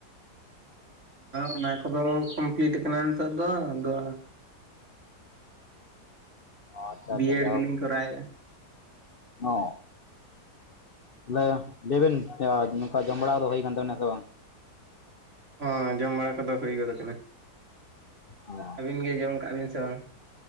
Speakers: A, on the right (about 45°); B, on the left (about 40°).
A: ᱚᱱᱟ ᱠᱚᱫᱚ ᱠᱚᱢᱯᱞᱤᱴ ᱠᱟᱱᱟ ᱱᱮᱛᱟᱨ ᱫᱚ ᱟᱫᱚᱼᱼ
B: ᱚ ᱟᱪᱪᱷᱟ
A: ᱵᱤ
B: ᱟᱪᱪᱷᱟ
A: ᱮᱰ
B: ᱡᱟᱭᱦᱳᱠ
A: ᱜᱤᱞᱤᱧ ᱠᱚᱨᱟᱣᱮᱼᱟ
B: ᱚ ᱛᱟᱞᱮᱼᱼ ᱞᱟᱹᱭᱵᱮᱱ ᱱᱚᱠᱟ ᱡᱚᱢ ᱵᱟᱲᱟ ᱫᱚ ᱦᱩᱭ ᱠᱟᱱ ᱛᱟᱵᱮᱱᱟ ᱥᱮ ᱵᱟᱝ?
A: ᱦᱚ ᱡᱚᱢ ᱵᱟᱲᱟ ᱠᱚᱫᱚ ᱦᱩᱭ ᱜᱚᱫ ᱠᱟᱱᱟ᱾
B: ᱚ
A: ᱟᱹᱵᱤᱱ ᱜᱮ ᱡᱚᱢ ᱠᱟᱜ ᱵᱤᱱ ᱥᱮ ᱵᱟᱝ?